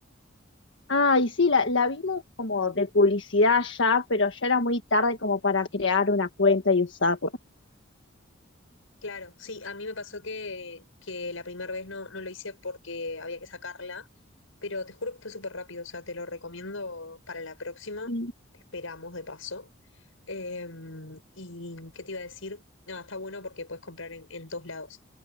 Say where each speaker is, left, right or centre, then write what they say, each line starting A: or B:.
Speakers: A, on the left; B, on the left.
A: Ay, sí, la, la vimos como de publicidad ya, pero ya era muy tarde como para crear una cuenta y usarla.
B: Claro, sí, a mí me pasó que, que la primera vez no, no lo hice porque había que sacarla, pero te juro que fue súper rápido, o sea, te lo recomiendo para la próxima,
A: Mm.
B: te esperamos de paso. Eh, ¿y qué te iba a decir? Nada, está bueno porque puedes comprar en, en todos lados.